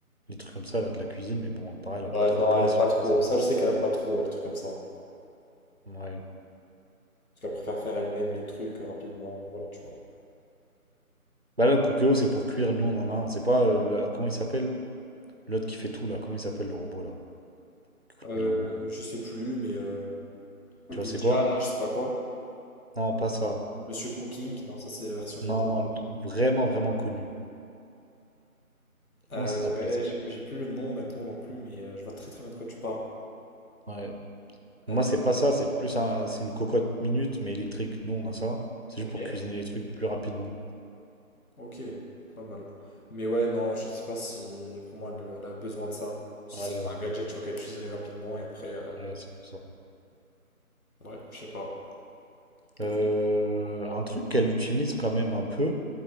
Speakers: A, on the right; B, on the left.
A: les trucs comme ça, là, de la cuisine, mais bon, pareil, elle
B: Ouais,
A: a pas trop
B: non,
A: de place.
B: elle aime pas
A: je sais
B: trop.
A: pas si
B: Ça, je sais qu'elle aime pas trop, elle, les trucs comme ça.
A: Ouais.
B: Parce qu'elle préfère faire elle-même les trucs euh, rapidement, et voilà, tu vois.
A: Bah là, le Cookeo, c'est pour cuire, nous, on en a un. C'est pas, euh, le- comment il s'appelle? L'autre qui fait tout, là. Comment il s'appelle, le robot, là? Qui coûte
B: Euh,
A: mille euros.
B: je sais plus, mais euh, Ninja,
A: Tu vois, c'est quoi?
B: là, je sais pas quoi.
A: Non, pas ça.
B: Monsieur Cooking, non, ça, c'est la version lead.
A: Non, non, le truc vraiment, vraiment connu. Comment
B: Euh,
A: ça
B: ouais,
A: s'appelle, ça?
B: j'ai plus, j'ai plus le nom, honnêtement, non plus, mais euh, je vois très très bien de quoi tu parles.
A: Ouais. Moi,
B: Euh,
A: c'est pas ça, c'est plus un, c'est une cocotte minute, mais électrique. Nous, on a ça. C'est
B: ok.
A: juste pour cuisiner les trucs plus rapidement.
B: Ok, pas mal. Mais ouais, non, je sais pas si pour moi elle a besoin de ça. Ce
A: Ouais,
B: serait
A: ouais, ouais.
B: pas un gadget, tu vois, qu'elle utiliserait rapidement et après, euh,
A: Ouais, c'est pour ça.
B: ouais, je sais pas. Donc,
A: Euh,
B: faut-
A: un truc qu'elle utilise quand même un peu,